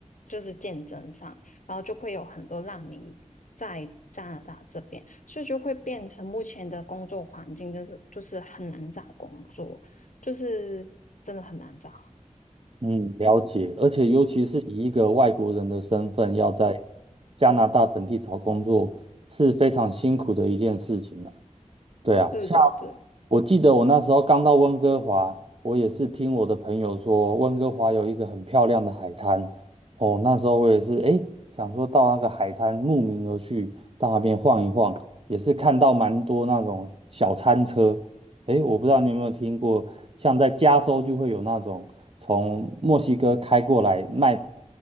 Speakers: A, on the left (about 75°); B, on the right (about 50°).
A: 就是竞争上，然后就会有很多难民在加拿大这边，所以就会变成目前的工作环境就是就是很难找工作，就是真的很难找。
B: 嗯，了解，而且尤其是以一个外国人的身份要在加拿大本地找工作，是非常辛苦的一件事情呢。对啊，
A: 对对对，
B: 像我记得我那时候刚到温哥华，我也是听我的朋友说，温哥华有一个很漂亮的海滩。哦，那时候我也是，诶，想说到那个海滩慕名而去，到那边晃一晃，也是看到蛮多那种小餐车。诶，我不知道你有没有听过，像在加州就会有那种从墨西哥开过来卖